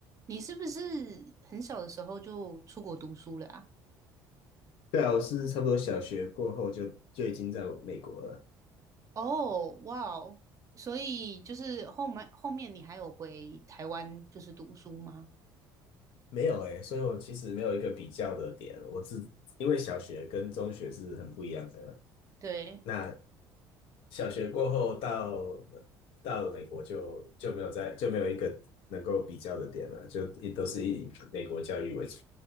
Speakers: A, on the right; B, on the left.
A: 你是不是很小的时候就出国读书了啊？
B: 对啊，我是差不多小学过后就就已经在美国了。
A: 哦，哇哦，所以就是后面后面你还有回台湾就是读书吗？
B: 没有诶，所以我其实没有一个比较的点。我是因为小学跟中学是很不一样的。
A: 对，
B: 那小学过后到到了美国就就没有在就没有一个能够比较的点了，就也都是以美国教育为主。